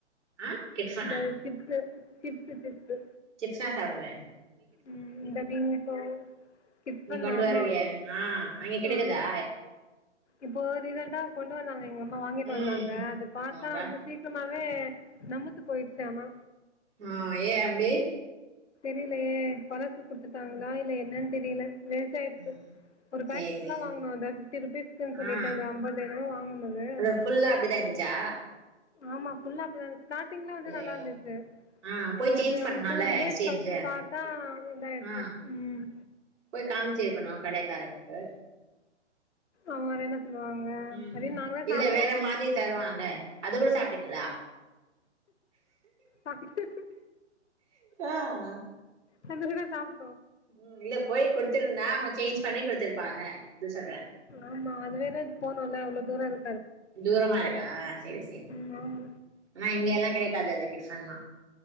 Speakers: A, on the right; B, on the left.
A: ஆ கிட்ஃபனா
B: இந்த சிப்ஸ்சு சிப்ஸ்சு சிப்ஸ்
A: சிப்ஸா சாப்டுவேன்
B: உம் இந்த கிப் இப்போ டிபன்
A: நீ கொண்டு
B: ஆமா
A: வருவியே ஆ அங்க கெடைக்குதா
B: ஆஹ் இப்போ ரிசன்டா கொண்டு வந்தாங்க எங்க அம்மா வாங்கிட்டு
A: ம்
B: வந்தாங்க அத பாத்தா
A: பார்றா
B: அது வந்து சீக்கிரமாவே அது நம்மத்து போயிடுச்சாமா
A: ஆஹ் ஏன் அப்படி
B: தெரிலயே பழசு குடுத்துட்டாங்களா இல்ல என்னன்னு தெரியல வேஸ்டாயிடுச்சு
A: ம்
B: ஒரு பேக்கெட்
A: சேரி
B: புல்லா
A: சேரி
B: வாங்குனாங்க பிப்டி ருபீஸ்க்குன்னு சொல்லிட்டு
A: ஆ
B: அந்த ஐம்பது என்னமோ வாங்கனது அது
A: ஃபுல்லா
B: புல்லாமே
A: அப்டிதா இருந்துச்சா
B: ஆமா ஃ புல்லா அப்பிடி தா ஸ்டார்டிங்ல வந்து நல்லா
A: ஐயயோ
B: இருந்துச்சு
A: ஆ போய் சேஞ்ச்
B: அது
A: பண்ணுல
B: ஒரு டூ டேஸ்
A: எக்ஸ்சேஞ்சு
B: கழிச்சு பார்த்தா இதாயிடுச்சு
A: ஆ
B: உம்
A: போய் காமிச்சிருக்கணு கடைக்காரனுக்கு
B: அவ என்ன சொல்லுவாங்க
A: உம்
B: அப்டின்னு நாங்களே
A: இல்ல
B: சாப்ட்டோ
A: வேற மாதிரி தருவான் ங்க அது கூட சாப்பிட்டிங்
B: சாப்ட்டு
A: ஆஹ் ஆஹ்
B: தந்தா கூட சாப்
A: உம் இல்ல போய் குடுத்துருந்தா அவன் சேஞ்ச் பண்ணி குடுத்துருப்பால அதுசர
B: ஆமா அது வேற போனும் இல அவ்வளோ தூர இரு
A: தூரமா இருக்கா செரி செரி
B: ம் ஆமா
A: ஆனா இங்கயெல்லா கெடைக்காது அது டிப்ஸ்ஸல்லா